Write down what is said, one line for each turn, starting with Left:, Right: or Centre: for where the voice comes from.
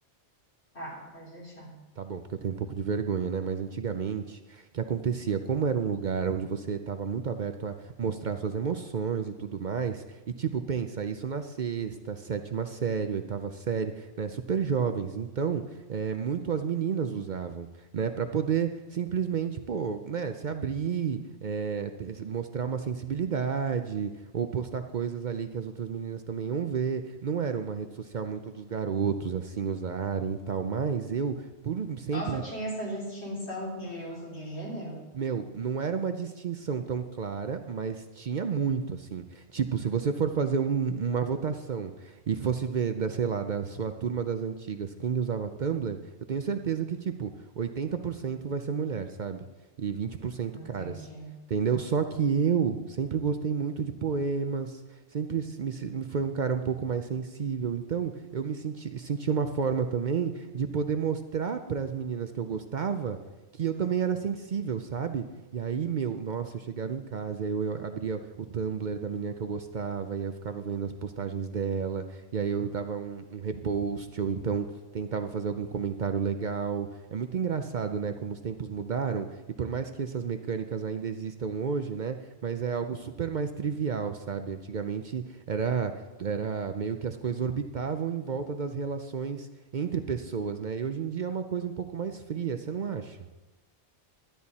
Left: Tá, pode deixar.
Right: Tá bom, porque eu tenho um pouco de vergonha, né? Mas antigamente, o que acontecia? Como era um lugar onde você estava muito aberto a mostrar suas emoções e tudo mais, e tipo, pensa isso na sexta, sétima série, oitava série, né? Super jovens. Então, é, muito as meninas usavam, né? Pra poder simplesmente, pô, né? Se abrir, é, te- se- mostrar uma sensibilidade, ou postar coisas ali que as outras meninas também iam ver. Não era uma rede social muito dos garotos, assim, usarem e tal, mas eu por sempre,
Left: Nossa, tinha essa distinção de uso de gênero?
Right: meu, não era uma distinção tão clara, mas tinha muito, assim. Tipo, se você for fazer um- uma votação e fosse ver, da, sei lá, da sua turma das antigas, quem usava Tumblr, eu tenho certeza que, tipo, 80% vai ser mulher, sabe? E 20%
Left: Entendi.
Right: caras. Entendeu? Só que eu sempre gostei muito de poemas, sempre se- me, se- me foi um cara um pouco mais sensível, então eu me senti, senti uma forma também de poder mostrar para as meninas que eu gostava que eu também era sensível, sabe? E aí, meu, nossa, eu chegava em casa, e aí eu, eu abria o Tumblr da menina que eu gostava, e aí eu ficava vendo as postagens dela, e aí eu dava um, um repost, ou então tentava fazer algum comentário legal. É muito engraçado, né, como os tempos mudaram, e por mais que essas mecânicas ainda existam hoje, né, mas é algo super mais trivial, sabe? Antigamente era, era meio que as coisas orbitavam em volta das relações entre pessoas, né? E hoje em dia é uma coisa um pouco mais fria, você não acha?